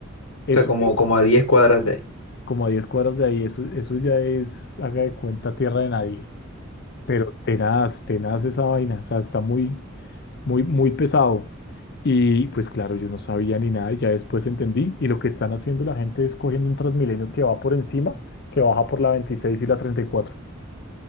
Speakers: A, on the left (about 55°); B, on the left (about 85°).
A: eso.
B: O sea, como, como a diez cuadras de ahí.
A: como a 10 cuadras de ahí, eso, eso ya es, haga de cuenta, tierra de nadie. Pero tenaz, tenaz esa vaina, o sea, está muy, muy, muy pesado. Y pues claro, yo no sabía ni nada, y ya después entendí. Y lo que están haciendo la gente es cogiendo un Transmilenio que va por encima, que baja por la 26 y la 34.